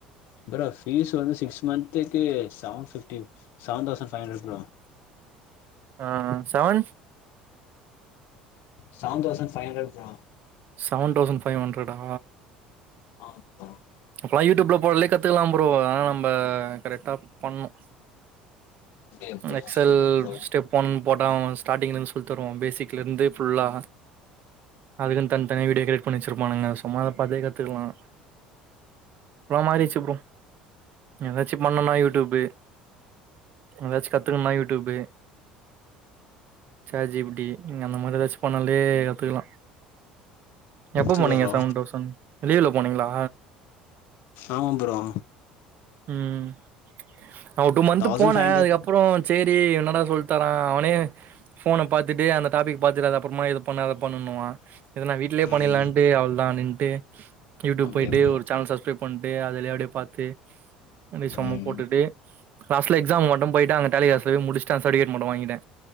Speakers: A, on the left; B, on the right.
A: ப்ரோ பீஸ் வந்து சிக்ஸ் மந்த்துக்கு seven fifty seven thousand five hundred bro
B: ஆஹ் seven
A: seven thousand five hundred bro
B: seven thousand five ஹண்ட்ரடா
A: ஆஹ
B: இப்பல்லா யூடியூப்ல போடறதுலே கத்துக்கலாம் ப்ரோ ஆனா நம்ப கரெக்டா பண்ணும்
A: அப்டியா bro
B: Excel
A: super bro
B: step one போட்டா ஸ்டார்டிங்ல இருந்து சொல்லி தருவோம் பேசிக்ல இருந்து ஃபுல்லா அதுக்குன்னு தனி தனி வீடியோ கிரேட் பண்ணிச்சிருப்பானுங்க சும்மா அத பாத்தே கத்துக்கலாம் இப்பல்லா மாறிச்சு ப்ரோ ஏதாச்சும் பண்ணும்னா யூ டுபே எதாச்சு கத்துக்கணுனா யூடியூப்பு சாட் ஜிபிடி நீங்க அந்த மாரி ஏதாச்சும் பண்ணாலே கத்துக்கலாம் எப்ப
A: சூப்பர்
B: போனீங்க
A: ப்ரோ
B: சவண்டோசன் லீவுல போனீங்ளா
A: ஆமா ப்ரோ
B: ம் நா ஒரு டூ மந்த்து
A: தௌசண்ட்
B: போனே
A: ஃபைவ் ஹண்ட்ரட்
B: அதுக்கப்றோ டேரி என்னடா சொல்டானா அவனே ஃபோன பாத்துட்டு அந்த டாபிக் பாத்துரு அத அப்றமா இது பண்ணு அத பண்ணுனுவா இத நா வீட்லேயே
A: ம்
B: பண்ணின்லான்டு அவ்ளோதா நின் டே யூட்டுப்
A: அப்டியா
B: பொய்ட்டு
A: ப்ரோ
B: ஒரு சேனல் சஸ்ப்ரே பண்டு அதுலயோடே பாத்து ரெண்டு செம்ம
A: ம்
B: போட்டுட்டு லாஸ்ட்ல எக்ஸாம் மட்டு பொயிட்டு அந்த டாலிகிளாஸ் த்து முடிச்டே சர்டிவிகேட் மட்டு வாங்கிட்டே